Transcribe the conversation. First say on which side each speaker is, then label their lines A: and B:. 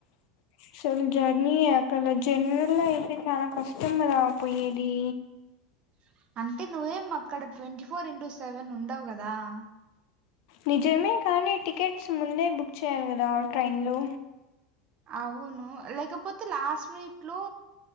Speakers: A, on the left (about 50°); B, on the right (about 35°).
A: అసలు జర్నీ అక్కడ జనరల్ అయితే చాలా కష్టం రా పోయేది
B: అ
A: నిజమే కానీ టికెట్స్ ముందే బుక్ చేయాలి కదా ట్రైన్లో
B: అవును లేకపోతే లాస్ట్ మినిట్ లో